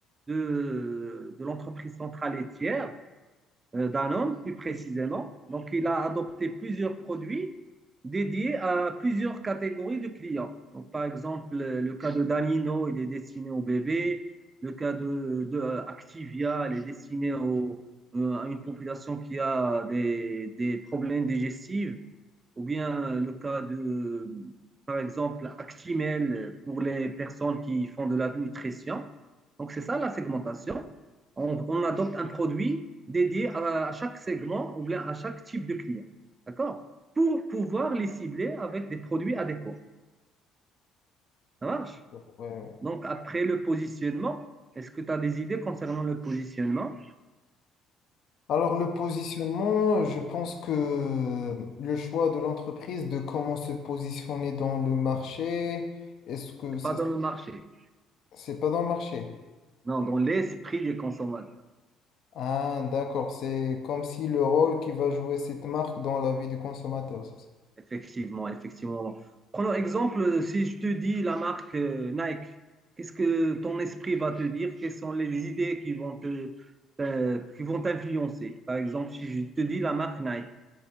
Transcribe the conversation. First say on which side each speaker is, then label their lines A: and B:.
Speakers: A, on the right; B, on the left.
A: de, de l'entreprise centrale et tiers. euh, Danone plus précisément. Donc, il
B: hein.
A: a adopté plusieurs produits dédiés à plusieurs catégories de clients. Donc, par exemple, euh, le cas de Danino, il est destiné aux bébés. Le cas de, de, euh, Activia, il est destiné au- euh, à une population qui a des, des problèmes digestifs ou bien le cas de, par exemple, Actimel pour les personnes qui font de la nutrition. Donc, c'est ça la segmentation. On, on, adopte un produit dédié à, à, chaque segment ou bien à chaque type de client. D'accord Pour pouvoir les cibler avec des produits adéquats. Ça marche
B: Euh, ouais,
A: Donc, après le positionnement, est-ce que tu as des idées concernant le positionnement
B: Alors le positionnement, je pense que le choix de l'entreprise de comment se positionner dans le marché, est-ce que ça,
A: Pas dans le marché.
B: c'est pas dans le marché?
A: Non, dans l'esprit des consommateurs.
B: Ah, d'accord, c'est comme si le rôle qui va jouer cette marque dans la vie du consommateur. c'est ça
A: Effectivement, effectivement. Prenons exemple, si je te dis la marque euh, Nike, qu'est-ce que ton esprit va te dire? Quelles sont les idées qui vont te, te- qui vont t'influencer? Par exemple, si je te dis la marque Nike.